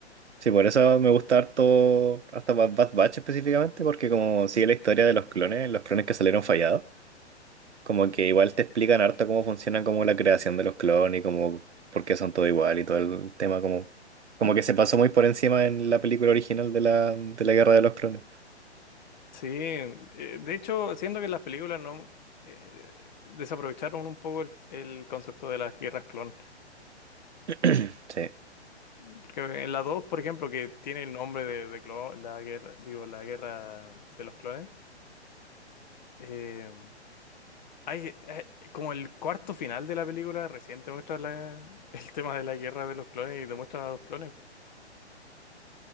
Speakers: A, on the right (about 75°); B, on the left (about 40°).
A: Sí, por eso me gusta harto, hasta Bad Bad Batch específicamente, porque como sigue la historia de los clones, los clones que salieron fallados. Como que igual te explican harto cómo funciona como la creación de los clones y como por qué son todo igual y todo el tema como como que se pasó muy por encima en la película original de la, de la Guerra de los Clones.
B: Sí, eh, de hecho, siento que las películas no eh, desaprovecharon un poco el, el concepto de las guerras clon.
A: <clears throat> Sí.
B: Porque en la 2, por ejemplo, que tiene el nombre de, de clo- la guerra, digo, la guerra de los clones, eh, hay, hay- como el cuarto final de la película recién te muestra la- <laughs> el tema de la guerra de los clones y te muestran a los clones.